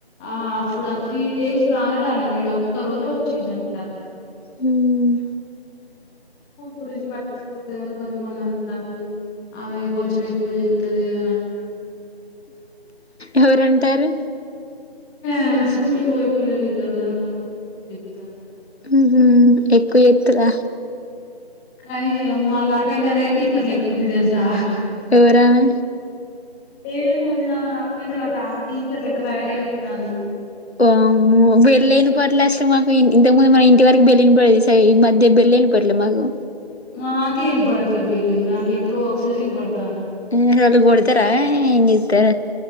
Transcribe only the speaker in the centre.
ఆ అప్పుడ త్రీ డేస్ రానే రాలే మేడం ఒక్క రోజే వచ్చిందంట.
స్కూల్ గురించి పట్టించుకుంటలేద్ అని కొంతమంది అంటాంరు. ఆమె కొంచెం ఎక్కువ చేత్తది అన్ అంటాంరు.
ఆ స్కూల్కి పోయే పిల్లలు ఇద్దరు ఉన్నారు మా సైడు వాళ్ళు చెప్తాంరు.
కానీ మళ్ళా అటెండర్ అయ్యే టీచర్లెక్క ఉంది తెలుసా
ఏమో మొన్న అటెండర్ టీచర్ లెక్క తయారయ్యి వస్తుంది
మాకే ఇన్పడట్లే బెల్లు నాకే ఎప్పుడో ఒకసారి ఇన్పడత్